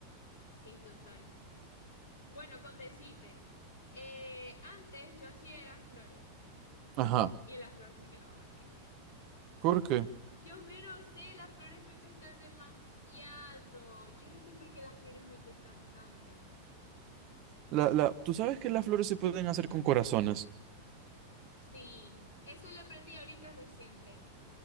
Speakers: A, on the left (about 60°); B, on the right (about 40°).
A: sí, total. Bueno, con decirte, eh, antes yo hacía era flores.
B: Ajá.
A: Y las flores me quedaban horribles.
B: ¿Por qué?
A: Dios mío, no sé, las flores me cuestan demasiado. Yo no sé por qué las flores me cuestan tanto.
B: La, la, tú sabes que las flores se pueden hacer con corazones.
A: Sí, eso lo aprendí ahorita reciente.